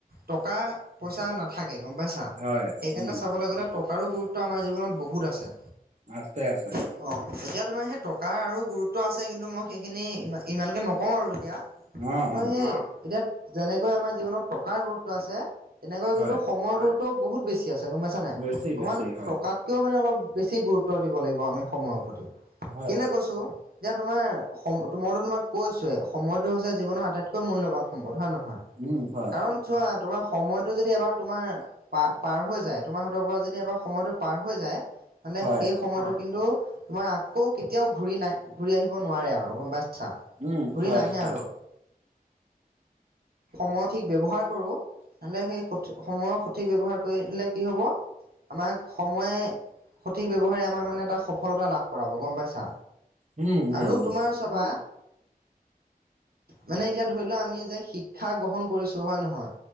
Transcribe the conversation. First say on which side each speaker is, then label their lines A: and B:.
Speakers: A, on the right; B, on the right.
A: টকা পইচা নাথাকে গম পাইছা
B: হয়,
A: সেইকাৰণে
B: উম,
A: চাবলৈ গ'লে টকাৰো গুৰুত্ব আমাৰ জীৱনত বহুত আছে
B: আছে আছে
A: অ এতিয়া তোমাৰ সেই টকাৰ আৰু গুৰুত্ব আছে কিন্তু মই সেইখিনি ইমানকে নকওঁ আৰু এতিয়া
B: অ',
A: ত'
B: অ',
A: সেই এতিয়া যেনেকৈ আমাৰ জীৱনত টকাৰ গুৰুত্ব আছে তেনেকৈ
B: হয়,
A: কিন্তু সময়ৰ গুৰুত্বও বহুত বেছি আছে গম পাইছা নাই
B: বেছি,
A: অকণমান
B: বেছি, হয়,
A: তাতকেও মানে অলপ বেছি গুৰুত্ব দিব লাগিব আমি সময়ৰ প্ৰতি
B: হয়,
A: কেলে কৈছো এতিয়া তোমাৰ স মইটো তোমাক কৈছোৱে সময়টো হৈছে জীৱনৰ আটাইতকৈ মূল্যবান সম্পদ হয় নে নহয়
B: উম হয়
A: কাৰণ চোৱা তোমাৰ সময়টো যদি এবাৰ তোমাৰ পা পাৰ হৈ যায় তোমাৰ হাতৰ পৰা যদি এবাৰ সময়টো পাৰ হৈ যায় মানে
B: হয়,
A: সেই সময়টো কিন্তু তোমাৰ আকৌ কেতিয়াও ঘূৰি নাই ঘূৰি আহিব নোৱাৰে আৰু গম পাইছা
B: উম,
A: ঘূৰি
B: হয়,
A: নাহে
B: হয়,
A: আৰু সময় ঠিক ব্যৱহাৰ কৰো নহ'লে সেই সঠি সময়ৰ সঠিক ব্যৱহাৰ কৰিলে কি হ'ব আমাক সময়ে সঠিক ব্যৱহাৰে আমাক মানে এটা সফলতা লাভ কৰাব গম পাইছা
B: উম, উম,
A: আৰু
B: উম,
A: তোমাৰ তপা মানে এতিয়া ধৰি লোৱা আমি যে শি ক্ষা গ্ৰহণ কৰিছো হয় নহয়